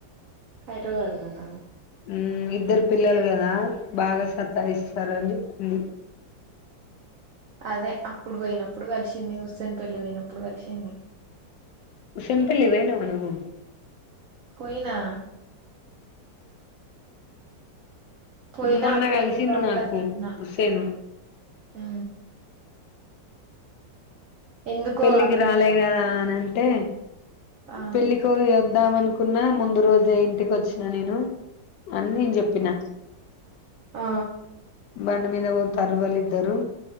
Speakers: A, on the right; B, on the left.
A: హైదరాబాద్ లో ఉన్న
B: హ్మ్ ఇద్దరు పిల్లలు కదా బాగా సతాయిస్తారు అని చెప్పింది
A: అదే అ అప్పుడు పోయినప్పుడు కలిసింన్యూస్ దాని పెళ్లికి పోయినప్పుడు కలిసింది
B: ఉషన్ పెళ్లికి పోయినవా నువ్వు
A: పోయినా పోయినా
B: మొన్న
A: అప్పుడు
B: కలిసిండు
A: ఎందుకో అక్కనే
B: నాకు
A: ఉన్నా
B: హుస్సేను
A: యూ ఎందుకో
B: పెళ్ళికి
A: అక్కడనే
B: రాలే
A: ఉన్నా
B: కదా అని అంటే
A: ఆ
B: పెళ్ళికొ <unintelligible> వద్దాం అనుకున్నా ముందు రోజే ఇంటికి వచ్చిన నేను అని నేను చెప్పిన
A: ఆ
B: బండి మీద పోతారు వాళ్ళు ఇద్దరు